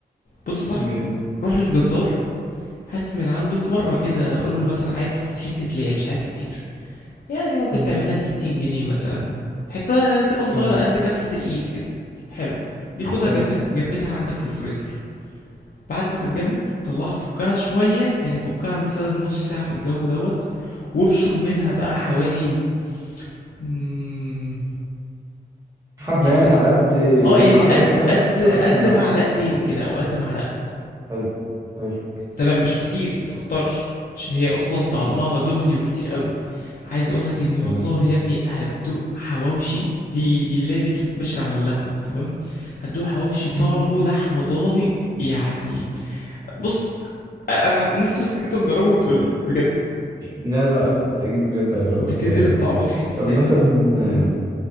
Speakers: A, on the left; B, on the right.
A: بص يا صاحبي
B: جامد
A: روح للجزار هات من عنده في مرة كده قول له مثلا عايز حتة ليه مش عايز كتير يعني ممكن
B: مم.
A: تعمل لها 60 جنيه مثلا حتة تبقى صغيرة
B: تمام
A: قد كفة الايد كده حلو دي خدها
B: تمام
A: جمدها جمدها عندك في الفريزر بعد ما تتجمد طلعها فكها شوية يعني فكها مثلا نص ساعة في الجو دوت وابشر منها بقى حوالي مم،
B: حبة
A: يعني
B: يعني على قد
A: اه
B: بالمعايرة
A: يعني قد
B: كده على
A: قد
B: قد على السلة
A: قد معلقتين كده او قد معلقة
B: حلو حلو
A: تمام مش كتير ما تكترش عشان هي اصلا طعمها
B: ماشي
A: دهني وكتير قوي عايز اقولك اني
B: تمام
A: والله يا ابني هتدوق حواوشي دي دي اللي هي دي بتتبشر على اللحمه تمام هتدوق حواوشي طعمه
B: مم.
A: لحم ضاني يعني بص انا نفسي بس انك انت تجربه وتقولي بجد
B: لا لا اكيد اكيد بجد اجرب
A: بتنقل
B: اكيد اجرب
A: الطعم في حته
B: طب
A: تانية
B: مثلا
A: مم.